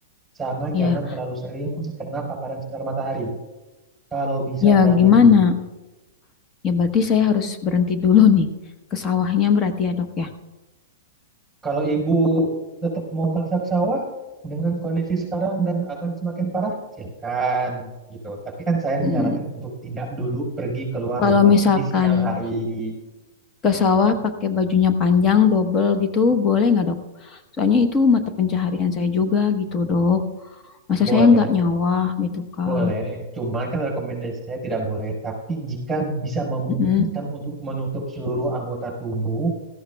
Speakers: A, in the centre; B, on the left.
A: Sama
B: ya
A: jangan terlalu sering kena paparan sinar matahari ibu. Kalau bisa
B: ya
A: jangan
B: gimana
A: dulu,
B: Ya berarti saya harus berhenti dulu nih ke sawahnya berarti ya dok ya.
A: Kalau ibu tetap mau masak sawah dengan kondisi sekarang dan akan semakin parah, silakan gitu. Tapi kan saya menyarankan
B: Hmm,
A: untuk tidak dulu pergi keluar rumah
B: kalau misalkan
A: di siang hari.
B: ke sawah pakai bajunya panjang double gitu boleh nggak dok? Soalnya itu mata pencaharian saya juga gitu dok. Masa
A: Boleh,
B: saya nggak nyawah gitu kan?
A: boleh. Cuman kan rekomendasi saya tidak boleh. Tapi jika bisa memungkinkan
B: Mm-mm.
A: untuk menutup seluruh anggota tubuh,